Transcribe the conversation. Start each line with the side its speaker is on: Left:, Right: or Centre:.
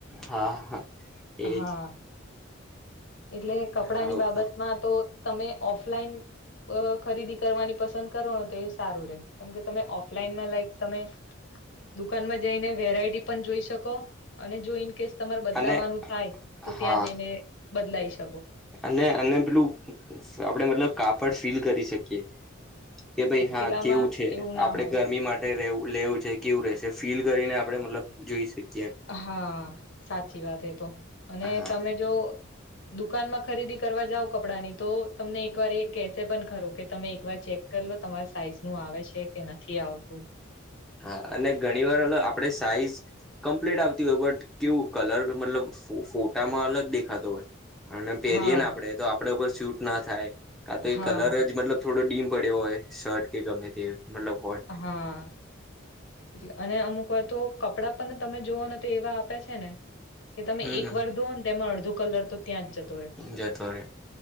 Centre: હા હા એજ
Left: હા. એટલે કપડા
Centre: આવું
Left: ની બાબતમાં
Centre: થાય
Left: તો તમે ઓફલાઈન અ ખરીદી કરવાની પસંદ કરો ને તો એ સારું રે. કેમ કે તમે ઓફલાઈનમાં લાઈક તમે દુકાનમાં જઈને વેરાયટી પણ જોઈ શકો અને જો ઇન કેસ તમારે બદલાવાનું
Centre: અને
Left: થાય. તો
Centre: હા
Left: ત્યાં જઈને બદલાઈ શ
Centre: અને અને પેલું આપડે મતલબ કાપડ ફીલ કરી શકીએ. કે ભાઈ હા
Left: પેલામાં
Centre: કેવું છે?
Left: એવું
Centre: આપડે
Left: ના હોય
Centre: ગરમી માટે રેવ લેવું છે કેવું રહેશે. ફીલ કરીને આપડે મતલબ જોઈ શક
Left: હા, સાચી વાત એ તો. અને
Centre: હા
Left: તમે જો દુકાનમાં ખરીદી કરવા જાવ કપડાં ની. તો તમને એક વાર એ કસે પણ ખરો, કે તમે એકવાર ચેક કરી લો તમારી સાઈઝ નું આવે છે કે નથી આવતું.
Centre: હા, અને ઘણી વાર હલ આપડે સાઈઝ કમ્પ્લેટ આવતી હોય. બટ કેવું કલર મતલબ ફો ફોટામાં અલગ દેખાતો હોય. અને પહેરીયે
Left: હા
Centre: ને આપડે તો આપડે ઉપર સુટ ના થાય. કા તો
Left: હા,
Centre: એ કલર જ મતલબ થોડો ડીમ પડ્યો હોય. શર્ટ કે ગમે તે. મતલબ હોય
Left: હા. એટલે અને અમુક વાર તો કપડા પણ તમે જોવોને તો એવા આપે છેને કે તમે
Centre: હમ
Left: એક વાર ધો ને તેમાં અડધો કલર તો ત્યાં જ જતો રહે.
Centre: જતો રે.